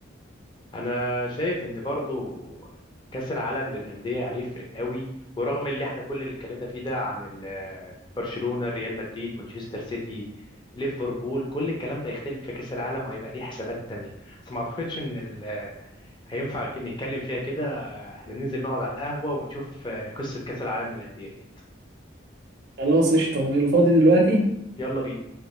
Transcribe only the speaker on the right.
خلاص قشطة أمي فاضي دلوقتي